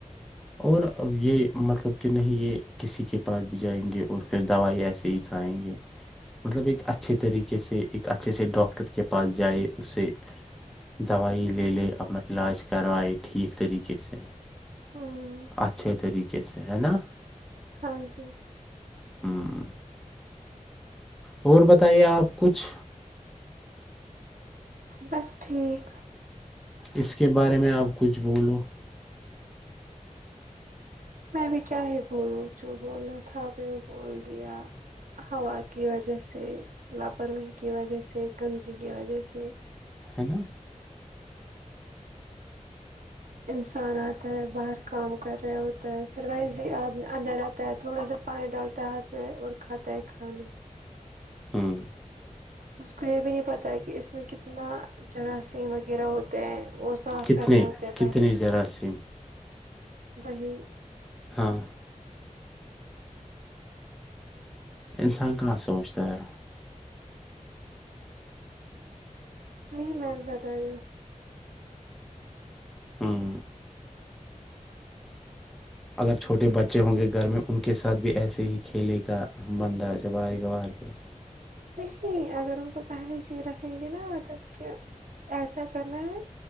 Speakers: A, in the centre; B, on the right (about 85°).
A: اور یہ مطلب کہ نہیں یہ کسی کے پاس بھی جائیں گے اور پھر دوائی ایسے ہی کہائیں گے مطلب ایک اچھے طریقے سے ایک اچھے سے ڈاکٹر کے پاس جائے اس سے دوائی لے لے اپنا علاج کروائے ٹھیک طریقے سے
B: ہوں
A: اچھے طریقے سے ہے نا
B: ہاں جی
A: ہوں اور بتائیے آپ کچھ
B: بس ٹھیک
A: اس کے بارے میں آپ کچھ بولو <unintelligible>
B: میں بھی کیا ہی بولوں جو بولنا تھا آ نے وہ بول دیا ہوا کی وجہ سے لاپرواہی کی وجہ سے گندگی کی وجہ سے
A: ہے ن <unintelligible>
B: انسانتا ہے باہر کام کر رہے ہوتا ہے پھر وہی سے اندر آتا ہے تھوڑا سا پانی ڈالتا ہے ہاتھ پ اور خطہ کانا
A: ہوں
B: اس کو یہ بھی نہیں پتہ ہے کہ اس میں کتنا جراثیم وغیرہ ہوتے ہیں وہ صاف
A: کتنے
B: کرنے ہوتے
A: لگے
B: ہیں پہلے
A: کتنے جراثیم
B: وہی
A: ہاں انسان کہاں سوچتا ہے
B: نہیںی میں بھی بتا رہی ہوں
A: ہوں اگر چھوٹے بچے ہوں گے گھر میں ان کے ساتھ بھی ایسے ہی کھیلے کا بندہ جب آئے گوار تھے
B: نہیں اگر ان کو پہلے سے ہی رکھیں گے نا عادت کے ایسا کرنا ہے